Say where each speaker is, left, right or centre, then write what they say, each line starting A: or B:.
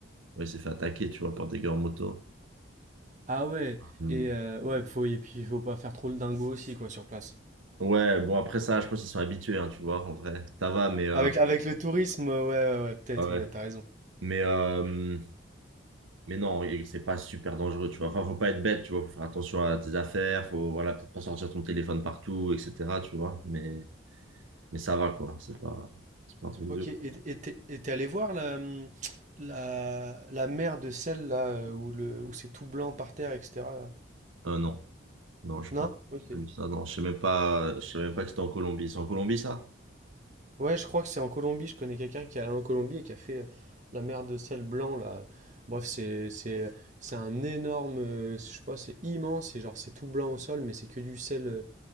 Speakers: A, on the right; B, on the right.
A: ouais, il s'est fait attaquer, tu vois, par des gars en moto.
B: Ah ouais,
A: Mm.
B: et euh, ouais, faut, et puis il faut pas faire trop le dingo aussi, quoi, sur place.
A: Ouais, bon, après ça, je pense qu'ils sont habitués, hein, tu vois, en vrai. Ça va, mais, euh,
B: Avec, avec le tourisme, euh, ouais, ouais, ouais, peut-être,
A: ah ouais.
B: ouais, t'as raison.
A: Mais, euh, Mais non, et c'est pas super dangereux, tu vois. Enfin, faut pas être bête, tu vois. Faut faire attention à tes affaires. Faut, voilà, peut-être pas sortir ton téléphone partout, etc. Tu vois. Mais, mais ça va, quoi. C'est pas, c'est pas un truc
B: Ok,
A: de.
B: et et t'es et t'es allé voir la, hum, la, la mer de sel, là, euh, où, le, où c'est tout blanc par terre, etc. là
A: Euh, non, non, je sais
B: Non?
A: pas.
B: Ok.
A: j'ai pas vu ça. Non, je sais même pas. Je sais même pas que c'était en Colombie. C'est en Colombie, ça?
B: Ouais, je crois que c'est en Colombie. Je connais quelqu'un qui est allé en Colombie et qui a fait euh, la mer de sel blanc là. Bref, c'est c'est c'est un énorme, euh, je sais pas, c'est immense et genre c'est tout blanc au sol, mais c'est que du sel, euh,